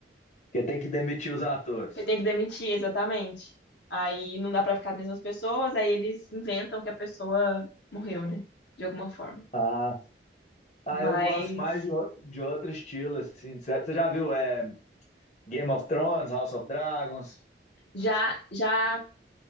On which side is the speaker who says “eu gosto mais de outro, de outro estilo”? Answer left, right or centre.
Left